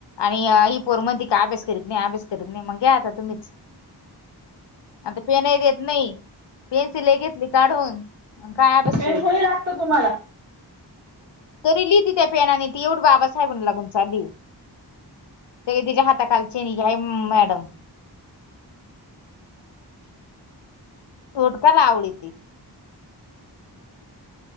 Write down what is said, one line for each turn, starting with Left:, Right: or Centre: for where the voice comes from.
Left: आणि ही पोर म्हण त का अभ्यास करीत नाही अभ्यास करीत नाही मग घ्या आता तुम्हीच आता पेनही देत नाही पेन्सिल मी घेतली काढून. अन काय अभ्यास
Right: पेन
Left: करू
Right: थोडी लागतो तुम्हाला?
Left: तरी लिहिती त्या पेनाने ती एवढं बाबासाहेबण लागून चाली सगळे तिच्या हाताखालचे मॅडम तोट प <unintelligible> लावडी ती